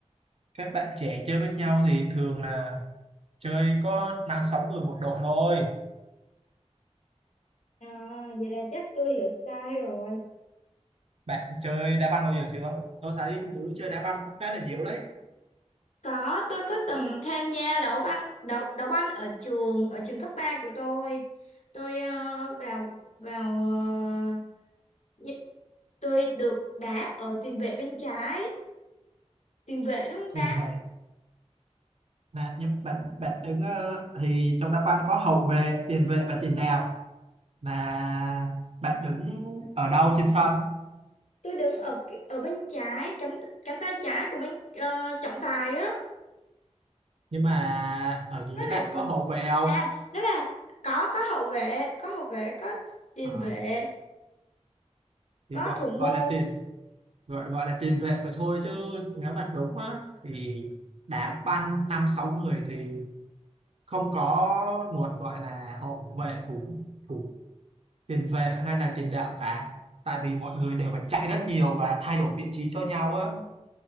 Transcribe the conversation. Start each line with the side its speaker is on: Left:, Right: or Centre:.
Right: các bạn trẻ chơi với nhau thì thường là chơi có năm sáu người một đội thôi
Left: À, vậy là chắc tôi hiểu sai rồi.
Right: bạn chơi đá banh bao giờ chưa tôi thấy nữ chơi đá banh cũng khá là nhiều đấy
Left: Có, tôi có từng tham gia đấu banh đấu đấu banh ở trường ở trường cấp 3 của tôi. Tôi ờ, vào vào ờ, nhi- tôi được đá ở tiền vệ bên trái, tiền vệ đúng không ta?
Right: nhìn về là nhưng bạn bạn đứng ờ, thì trong đá banh có hậu vệ tiền vệ và tiền đạo là bạn đứng ở đâu trên sân
Left: Tôi đứng ở cái- ở bên trái cánh cánh tay trái của bên ờ, trọng tài á.
Right: nhưng mà ở dưới
Left: Nó
Right: bạn
Left: là tiền
Right: có hậu vệ không
Left: à, nó là có có hậu vệ, có hậu vệ, có tiền
Right: Ờ,
Left: vệ,
Right: thì
Left: có
Right: gọi
Left: thủ môn,
Right: gọi là tiền gọi gọi là tiền vệ phải thôi chứ nếu mà đúng á thì đá banh năm sáu người thì không có luật gọi là hậu vệ thủ thủ tiền vệ hay là tiền đạo cả tại vì mọi người đều phải chạy rất nhiều và thay đổi vị trí cho nhau á